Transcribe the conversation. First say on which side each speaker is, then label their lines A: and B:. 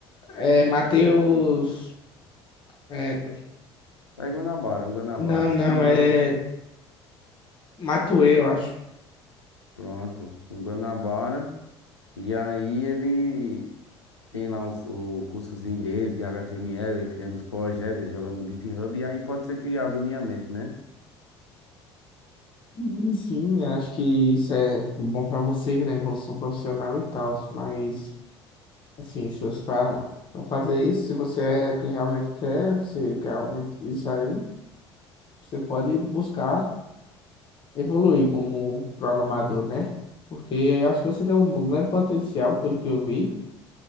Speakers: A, on the left; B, on the left.
A: É, Matheus.
B: é? E-
A: É,
B: É Guanabara, o Guanabara.
A: não,
B: Assistindo
A: não,
B: o
A: é.
B: Guanabara.
A: Matuê, eu acho.
B: Pronto, o Guanabara. E aí ele. Tem lá os- o cursozinho dele de HTML, ele criando os projetos, ele jogando no GitHub, e aí pode ser que abra minha mente, né?
A: Sim, sim, acho que isso é bom pra você, né? Evolução profissional e tal, mas. Assim, esforço para fazer isso. Se você é que realmente quer, você quer realmente isso aí, você pode buscar evoluir como programador, né? Porque eu acho que você tem um grande potencial, pelo que eu vi.